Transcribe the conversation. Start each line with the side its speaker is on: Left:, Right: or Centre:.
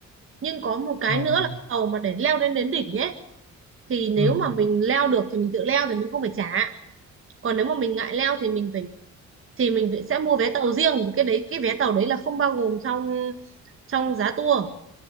Right: nhưng có một cái
Left: rồi
Right: nữa
Left: rồi
Right: là cái tàu mà để leo lên đến đỉnh ấy thì nếu
Left: ừ.
Right: mà mình leo được thì mình tự leo thì mình không phải trả còn nếu mà mình ngại leo thì mình phải thì mình phải- sẽ mua vé tàu riêng thì cái đấy cái vé tàu đấy là không bao gồm trong trong giá tour